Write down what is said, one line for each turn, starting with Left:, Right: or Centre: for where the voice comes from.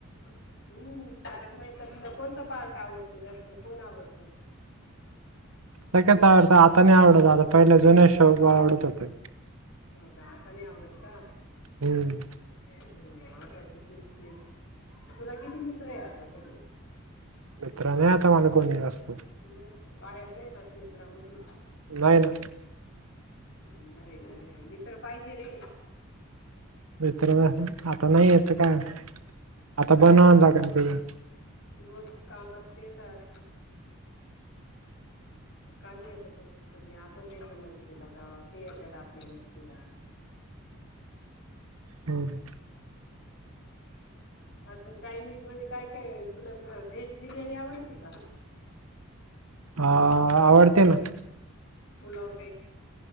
Left: हम्म, तारक मेहतातला कोणता पार्ट आवडतो जास्त? कोण आवडतो?
Right: सगळच आवडतं. आता नाही आवडत. आता पहिले जुने शो आवडत होते.
Left: हो का? आता नाही आवडतं का?
Right: हम्म.
Left: ह, आताच तेच तेच. तुला किती मित्र आहे आता सगळी?
Right: मित्र नाही आता मला कोणी जास्त.
Left: नाही का? बाहेर नाहीे जात मित्रामधी?
Right: नाही ना.
Left: बरंय चांगलय. मित्र पाहिजे रे.
Right: मित्र आता नाही येत काय? आता बनवान लागन पुढं.
Left: दोस्त कामात येतात. कामी येतात दोस्त कधी आपण त्यांच्या मदतीला जा ते येतात आपल्या मदतीला.
Right: हम्म
Left: अजून चायनीज मध्ये काय काय तुला व्हेज बिर्याणी आवडती का?
Right: ह.. आवडते ना.
Left: पुलाव टाईप.